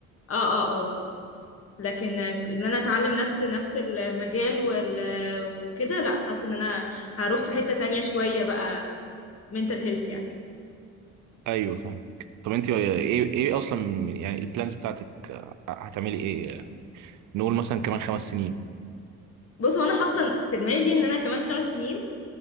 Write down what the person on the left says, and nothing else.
اه اه آه. لكن ان انا اتعلم نفس نفس المجال وال... وكده لا حاسه ان انا هروح في حته تانية شويه بقى mental health يعني
بص هو انا حاطه في دماغي ان انا كمان خمس سنين